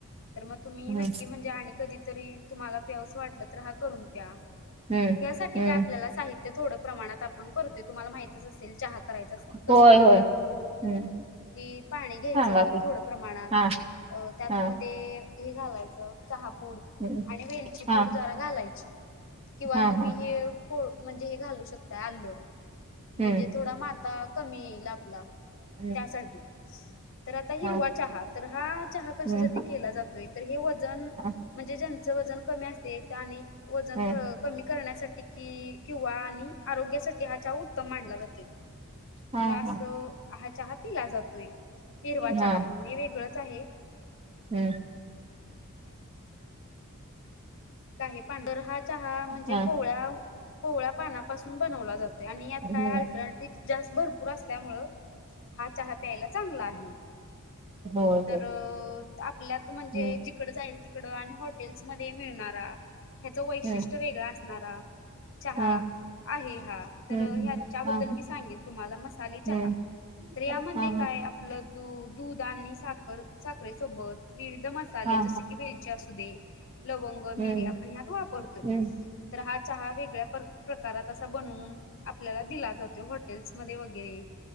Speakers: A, on the left; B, on the right.
A: तर मग तुम्ही
B: हम्म
A: नक्की म्हणजे आणि कधीतरी तुम्हाला प्यासं वाटलं तर हा करून प्या
B: हम्म
A: यासाठी
B: हम्म
A: काय आपल्याला साहित. ते थोडं प्रमाणात आपण करतोय तुम्हाला माहितच असेल चहा करायच कसं
B: होय
A: करतोय
B: होय
A: आपण
B: हम्म.
A: कि पाणी घ्यायचं
B: सांगा की
A: थोड प्रमाणात
B: हा
A: अ त्यात
B: हा
A: म हे घालायचं चहापूड
B: हम्म
A: आणि वेलची
B: हा
A: पूड जरा घा किंवा
B: हा
A: तुम्ही
B: हा
A: हे म्हणजे हे घालू शकता आ. म्हणजे
B: हम्म
A: थोडा माता कमी येईल आपला
B: हम्म
A: त्यासाठी तर आता हिरवा
B: हा
A: चहा तर हा चहा कशासाठी
B: हम्म
A: केला जातोय तर हे व
B: हा
A: म्हणजे ज्यां व क अस त्यां वन
B: हम्म
A: कमी करण्यासाठी कि किंवा आणि आरोग्यासाठी हा चा उत्तम मांडला जातो
B: हा
A: तर असं.
B: हा
A: हा चहा पिला जातोय हिरवा चहा
B: हा
A: म्हणून हे वेगळंच आहे.
B: हम्म.
A: आहेर हा चहा म्हणजे
B: हा
A: कोवळ्या कोवळ्या पानापासून बनवला जातो. आणित
B: हम्म
A: काय अल्टरनेट जास्त भरपूर असल्यामुळे हा चहा प्यायला. चग आहे
B: होय
A: तर
B: होय
A: आपल्यात म्हणजे
B: हम्म
A: तिकड जाईल तिकड आणि हॉटेल्स मध्ये मिळणारा ह्याच वैशिष्ट्य
B: हम्म
A: वेगळा असणारा. चहा
B: हा
A: आहे हा तर
B: हम्म
A: ह्याच्याबद्दल
B: हा हा
A: मी सांगेन तुम्हाला मसाले
B: हम्म
A: चहा तर यामध्ये
B: हा हा
A: काय आपलं दूध आणि साखर. साखरे सोबत विविध मसाले
B: हा
A: जसे
B: हा
A: की वेलचे असू दे लवंग री
B: हम्म
A: आपण ह्यात वापरतोय
B: हम्म
A: तर हा चहा वेगळ्या प्रकारात असा बनवून. आपल्याला दिला जातो हॉटेल्स मध्ये वगैरे